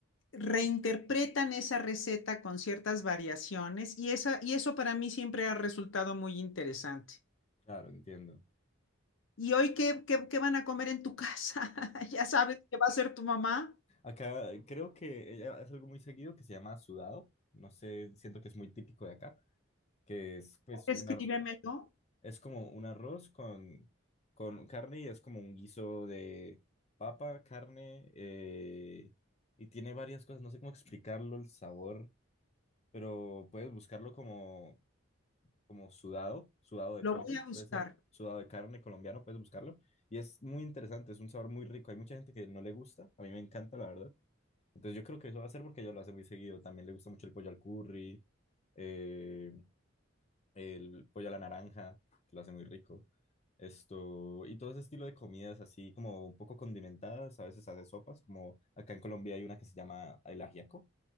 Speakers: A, on the left; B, on the left.
A: reinterpretan esa receta con ciertas variaciones y, esa, y eso para mí siempre ha resultado muy interesante.
B: Claro, entiendo.
A: ¿Y hoy qué, qué, qué van a comer en tu casa? <laughs> ¿Ya sabes qué va a hacer tu mamá?
B: Acá creo que ella hace algo muy seguido que se llama sudado. No sé, siento que es muy típico de acá. que es pues un
A: Escríbemelo,
B: es como un arroz con, con carne y es como un guiso de papa, carne eh, y tiene varias cosas, no sé cómo explicarlo el sabor, pero puedes buscarlo como, como sudado, sudado de
A: lo
B: pollo,
A: voy a buscar.
B: puede ser, sudado de carne colombiano, puedes buscarlo y es muy interesante, es un sabor muy rico, hay mucha gente que no le gusta, a mí me encanta la verdad. Entonces yo creo que eso va a ser porque ella lo hace muy seguido, también le gusta mucho el pollo al curry. eh, el pollo a la naranja, que lo hace muy rico. Esto, y todo ese estilo de comidas así como un poco condimentadas, a veces hace sopas, como acá en Colombia hay una que se llama el ajiaco,